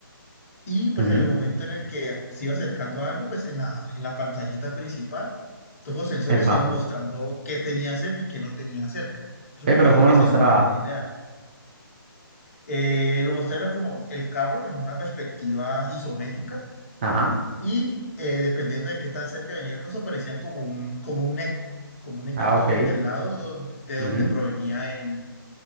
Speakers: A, on the left; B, on the right.
A: y pues
B: ujú,
A: en el momento en el que se iba acercando a algo, pues en la, en la pantallita principal, todos los sensores
B: Epa.
A: iban mostrando qué tenía cerca y qué no tenía cerca. Eso
B: Eh,
A: me
B: pero
A: parece
B: ¿cómo
A: que
B: lo
A: sería
B: mostraba?
A: una buena idea. Eh, lo mostrarás como el carro en una perspectiva isométrica
B: Ajá.
A: y eh, dependiendo de qué tan cerca venía el coso, parecían como un, como un eco, como un equito
B: Ah, ok.
A: del lado don- de donde
B: ujú,
A: provenía el,